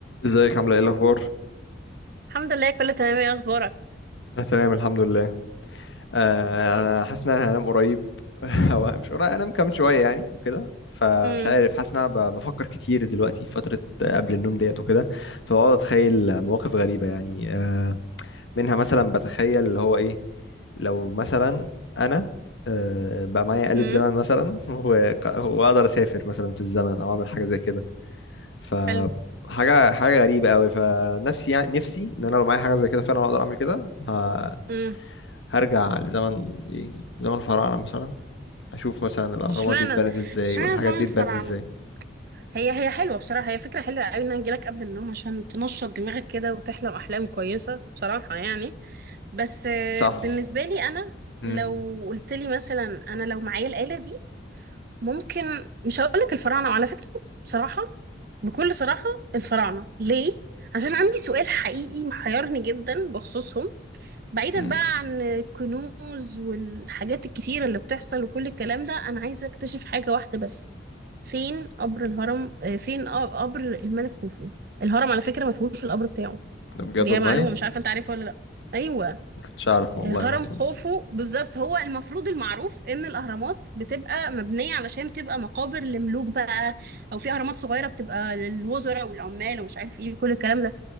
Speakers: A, on the left; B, on the right.
A: ازيك عامله ايه الاخبار
B: الحمد لله كله تمام ايه اخبارك
A: انا تمام الحمد لله آه انا حاسس ان انا هنام قريب <laughs> او مش قريب انام كمان شويه يعني وكده فمش
B: امم
A: عارف حاسس ان انا ب- بفكر كتير دلوقتي فتره قبل النوم ديت وكده فبقعد اتخيل مواقف غريبه يعني آه منها مثلا بتخيل اللي هو ايه لو مثلا انا آه بقى معايا آلة
B: امم
A: زمن مثلا <laughs> وق- واقدر اسافر مثلا في الزمن او اعمل حاجه زي كده فحاجة
B: حلو
A: حاجة غريبة قوي فنفسي يعني نفسي ان انا لو معايا حاجة زي كده فعلا اقدر اعمل كده ه-
B: امم
A: هرجع لزمن ايه زمن الفراعنة مثلا اشوف مثلا الاهرامات
B: اشمعنى
A: دي اتبنت ازاي
B: اشمعنى
A: والحاجات
B: زمن
A: دي
B: الفراعنه
A: اتبنت ازاي
B: هي هي حلوه بصراحه هي فكره حلوه قوي ان انا اجيلك قبل النوم عشان تنشط دماغك كده وتحلم احلام كويسه بصراحه يعني بس آه،
A: صح
B: بالنسبه لي انا
A: امم
B: لو قلت لي مثلا انا لو معايا الاله دي ممكن مش هقول لك الفراعنه وعلى فكره بصراحه بكل صراحه الفراعنه ليه عشان عندي سؤال حقيقي محيرني جدا بخصوصهم بعيدا
A: امم
B: بقى عن الكنوز والحاجات الكتيرة اللي بتحصل وكل الكلام ده أنا عايزة أكتشف حاجة واحدة بس فين قبر الهرم آه، فين ق- قبر الملك خوفو الهرم على فكرة ما فيهوش القبر بتاعه
A: ده بجد
B: دي
A: والله
B: معلومة مش عارفة أنت عارفها ولا لأ أيوة
A: ما كنتش اعرف والله
B: آه،
A: الموضوع
B: هرم خوفو بالظبط هو المفروض المعروف إن الأهرامات بتبقى مبنية علشان تبقى مقابر لملوك بقى أو في أهرامات صغيرة بتبقى للوزراء والعمال ومش عارف إيه كل الكلام ده